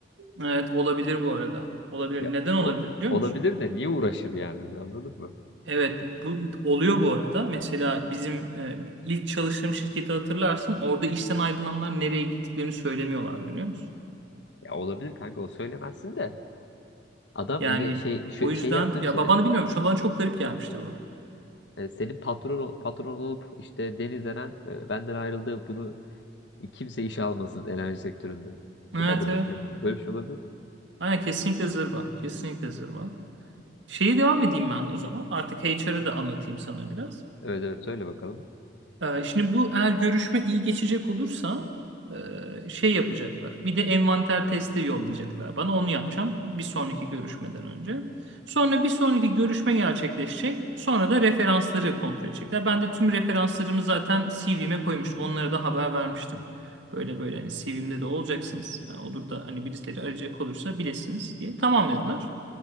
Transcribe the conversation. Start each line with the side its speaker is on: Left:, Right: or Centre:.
Right: Evet olabilir bu arada. Olabilir.
Left: Ya
Right: Neden olabilir
Left: o,
Right: biliyor
Left: olabilir
Right: musun?
Left: de niye uğraşır yani hani anladın mı?
Right: Evet bu oluyor bu arada. Mesela bizim e, ilk çalıştığım şirketi hatırlarsın. Orada işten ayrılanlar nereye gittiklerini söylemiyorlardı biliyor musun?
Left: Ya olabilir kanka o söylemezsin de. Adam
Right: Yani
Left: hani şey şu-
Right: o yüzden
Left: şey yaptığını
Right: ya
Left: düşünsene.
Right: babanı bilmiyorum. Şu an bana çok garip gelmişti bu.
Left: E, senin patron ol- patron olup işte Deniz Eren e, benden ayrıldı bunu kimse işe almasın enerji sektöründe.
Right: Evet
Left: Bu ne demek
Right: evet.
Left: ya? Böyle bir şey olabilir mi?
Right: Aynen kesinlikle zırva. Kesinlikle zırva. Şeyi devam edeyim ben o zaman. Artık HR'ı da anlatayım sana biraz.
Left: Evet evet söyle bakalım.
Right: Ee, Şimdi bu eğer görüşme iyi geçecek olursa e, şey yapacaklar. Bir de envanter testi yollayacaklar bana. Onu yapacağım bir sonraki görüşmeden önce. Sonra bir sonraki görüşme gerçekleşecek. Sonra da referansları kontrol edecekler. Ben de tüm referanslarımı zaten CV'me koymuştum. Onlara da haber vermiştim. Böyle böyle hani CV'mde de olacaksınız. Ha, Olur da hani birileri arayacak olursa bilesiniz diye. Tamam dediler.